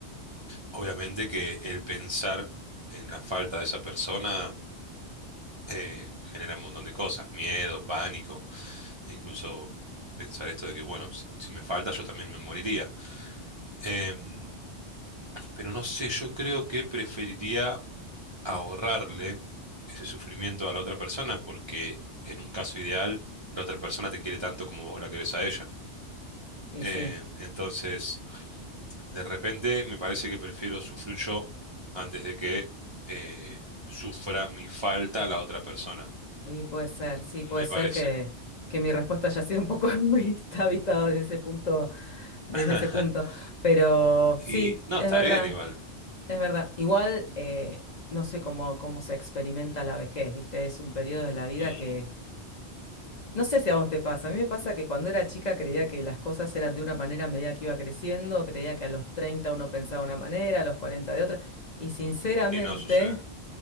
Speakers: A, on the right (about 40°); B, on the left (about 45°).
A: Obviamente que el pensar en la falta de esa persona eh, genera un montón de cosas, miedo, pánico, e incluso pensar esto de que, bueno, si, si me falta yo también me moriría. Em, pero no sé, yo creo que preferiría ahorrarle ese sufrimiento a la otra persona porque en un caso ideal la otra persona te quiere tanto como vos la querés a ella.
B: Y
A: Eh,
B: sí,
A: entonces, de repente me parece que prefiero sufrir yo antes de que eh, sufra mi falta la otra persona,
B: y puede ser, sí, puede
A: me
B: ser
A: parece.
B: que, que mi respuesta haya sido un poco <laughs> muy vista desde ese punto, desde
A: <laughs>
B: ese punto. Pero sí,
A: Y no,
B: es
A: está
B: verdad.
A: bien igual.
B: Es verdad. Igual, eh, no sé cómo, cómo se experimenta la vejez, ¿viste? Es un periodo de la vida
A: Mm,
B: que... No sé si a vos te pasa. A mí me pasa que cuando era chica creía que las cosas eran de una manera a medida que iba creciendo. Creía que a los 30 uno pensaba de una manera, a los 40 de otra. Y sinceramente...
A: Y no sucede.